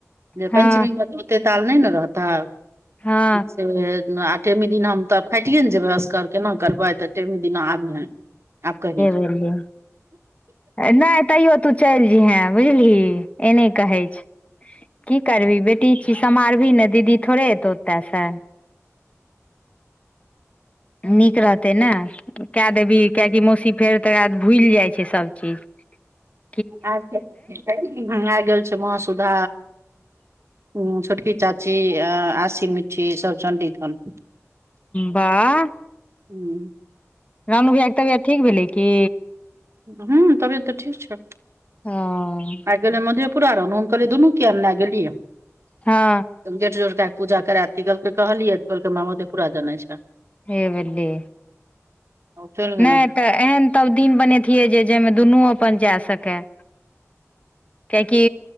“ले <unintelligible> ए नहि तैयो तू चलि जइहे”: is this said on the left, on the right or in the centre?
Left